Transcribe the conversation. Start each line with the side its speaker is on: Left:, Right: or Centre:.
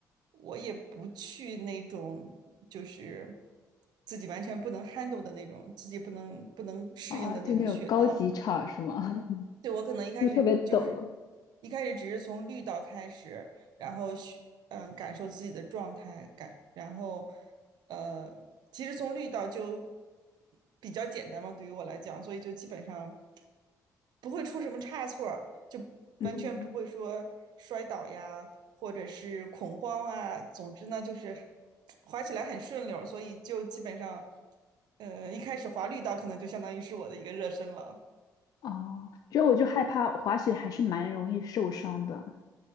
Right: 我也不去那种就是自己完全不能 handle 的那种，自己不能不能适应的那种雪道，
Left: 啊，就那种高级场是吗？<laughs>
Right: 对，我可能一开始就是
Left: 就特别陡了
Right: 一开始只是从绿道开始，然后去嗯感受自己的状态感，然后呃，其实从绿道就比较简单嘛，对于我来讲，所以就基本上不会出什么差错儿，就完全不会说摔倒呀，
Left: 嗯，
Right: 或者是恐慌啊，总之呢就是滑起来很顺溜儿，所以就基本上呃一开始滑绿道可能就相当于是我的一个热身了。
Left: 哦，主要我就害怕滑雪还是蛮容易受伤的。